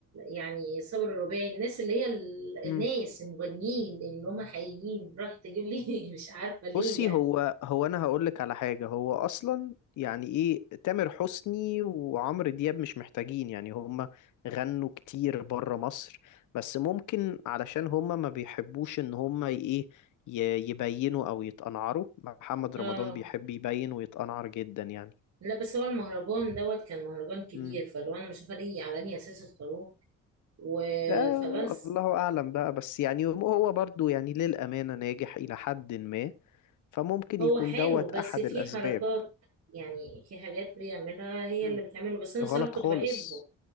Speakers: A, on the right; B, on the left.
A: يعني صابر الرباعي الناس اللي هي ال... الناس
B: امم.
A: المغنيين اللي هم حقيقيين راح تجيب لي <laughs> مش عارفه ليه
B: بصي
A: يعني
B: هو هو انا هقول لك على حاجه هو اصلا يعني ايه تامر حسني وعمرو دياب مش محتاجين يعني هما غنوا كتير بره مصر بس ممكن علشان هما ما بيحبوش ان هما ي- ايه ي- يبينوا او يتقنعروا محمد
A: اه
B: رمضان بيحب يبين ويتقنعر جدا يعني
A: لا بس هو المهرجان دوت كان مهرجان كبير
B: امم
A: فلو انا مش عارفه ليه على انهي اساس اختاروه و...
B: آه
A: فبس
B: الله اعلم بقى بس يعني هو برضو يعني للامانه ناجح الى حد ما فممكن
A: هو
B: يكون
A: حلو
B: دوت
A: بس
B: احد
A: في
B: الاسباب
A: حركات يعني في حاجات بيعملها هي
B: مم.
A: اللي بتعمله بس انا
B: غلط
A: بصراحه كنت
B: خالص
A: بحبه